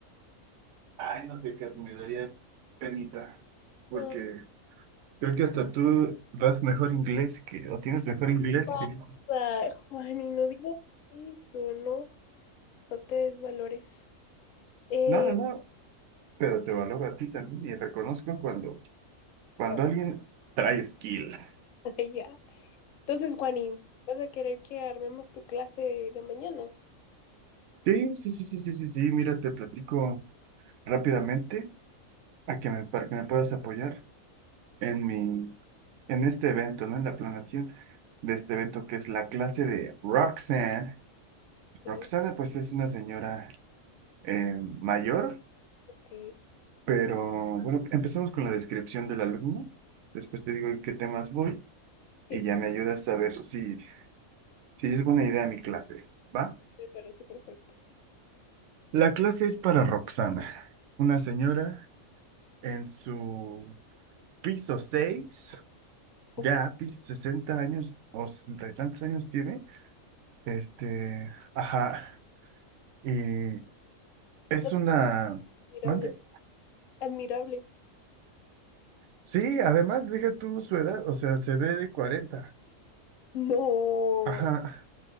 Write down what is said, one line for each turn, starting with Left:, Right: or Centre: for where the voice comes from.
Right: ay, no sé, qué me daría penita, porque
Left: No,
Right: creo que hasta tú das mejor inglés que, o tienes
Left: ¿qué
Right: mejor inglés
Left: pasa,
Right: que yo.
Left: Juani? No digas eso, ¿no? No te desvalores. Eh,
Right: No, no, no, pero te valoro a ti también y reconozco cuando, cuando
Left: no,
Right: alguien trae skill.
Left: <laughs> ya. Entonces, Juani, ¿vas a querer que armemos tu clase de mañana?
Right: Sí, sí, sí, sí, sí, sí, sí, mira, te platico rápidamente a que me, para que me puedas apoyar. en mi, en este evento, ¿no? En la planeación de este evento que es la clase de Roxanne.
Left: Ok,
Right: Roxana, pues es una señora eh, mayor,
Left: ok.
Right: pero bueno, empezamos con la descripción del alumno. Después te digo en qué temas voy
Left: Sí,
Right: y ya me ayudas a ver si, si es buena idea mi clase, ¿va?
Left: me parece perfecto.
Right: La clase es para Roxana, una señora en su piso 6
Left: Ok.
Right: ya piso 60 años o 60 y tantos años tiene Este, ajá, y es
Left: No,
Right: una...
Left: admirable.
Right: ¿Mande?
Left: Admirable.
Right: Sí, además, deja tú su edad, o sea, se ve de cuarenta,
Left: No.
Right: Ajá,